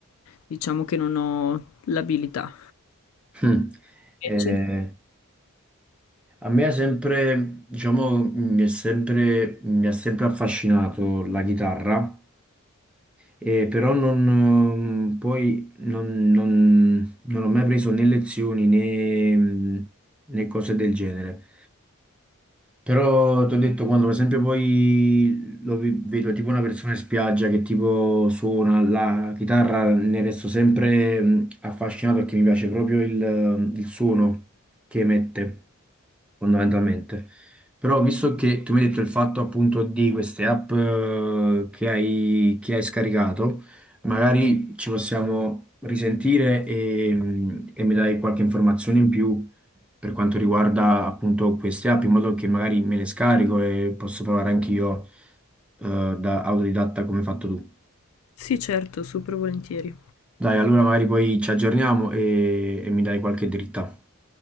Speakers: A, on the left; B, in the centre.
A: diciamo che non ho l'abilità.
B: Mm. Eh,
A: Invece?
B: A me ha sempre, diciamo, mi è sempre, mi ha sempre affascinato la chitarra, eh, però non, ehm, poi non, non- non ho mai preso né lezioni né, né cose del genere. Però ti ho detto, quando per esempio poi lo vi- vedo tipo una persona in spiaggia che tipo suona la chitarra, ne resto sempre mh, affascinato perché mi piace proprio il, mm, il suono che emette, fondamentalmente. Però visto che tu mi hai detto il fatto appunto di queste app eh, che hai, che hai scaricato, magari ci possiamo risentire e, mh, e mi dai qualche informazione in più per quanto riguarda appunto queste app, in modo che magari me le scarico e posso provare anch'io eh, da autodidatta come hai fatto tu.
A: Sì, certo, super volentieri.
B: Dai, allora magari poi ci aggiorniamo e, e mi dai qualche dritta,